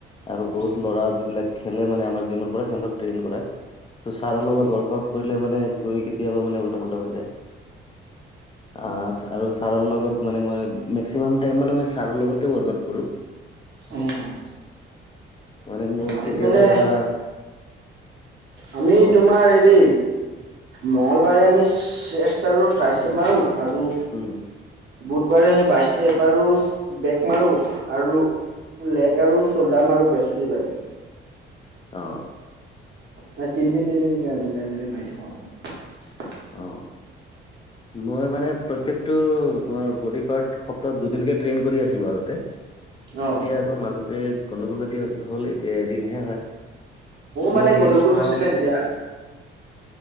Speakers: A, on the left; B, on the right.
A: আৰু বহুত
B: উম,
A: ল'ৰা যিবিলাক খেলে মানে আমাৰ জিমৰ পৰা সিহঁতক ট্ৰেইন কৰাই ত ছাৰৰ লগত
B: উম।
A: ৱৰ্কআউট কৰিলে মানে গৈ কেতিয়াবা মানে উল্টা পুল্টা হৈ যায় অ আৰু ছাৰৰ লগত মানে মই মেক্সিমাম টাইন মানে মই ছাৰৰ লগতে ৱৰ্কআউট কৰো
B: অ', অ',
A: মানে মোৰ
B: আজি
A: কেতিয়াবা
B: মানে
A: ধৰা
B: আমি
A: কোৱা
B: তোমাৰ হেৰি মঙ্গলবাৰে আমি চেষ্টাৰ আৰু ট্ৰাচেত মাৰো আৰু
A: উম
B: বুধবাৰে বাইছেপ বাৰু বেক মাৰো আৰু লেগ আৰু চল্ডাৰ মাৰো বৃহস্পতিবাৰে।
A: অ
B: মানে তিনদিন তিনদিনকে মিলাই মিলাই মাৰি থাকোঁ আৰু।
A: অ! মই মানে প্ৰত্যেকটো তোমাৰ বডি পাৰ্ট সপ্তাহত দুদিনকে ট্ৰেইন কৰি আছিলোঁ আগতে।
B: অ',
A: এতিয়া আকৌ মাজতে গণ্ডগোল এতি হ'ল, এতিয়া এদিনহে হয়।
B: মানে
A: মোৰ
B: গণ্ডগোল
A: লিষ্টখন
B: হৈছিলে এতিয়া